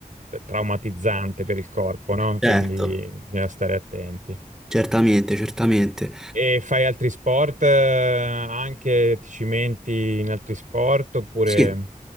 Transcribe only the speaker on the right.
t- traumatizzante per il corpo, no?
Quindi bisogna stare attenti.
E fai altri sport, eh, anche ti cimenti in altri sport, oppure...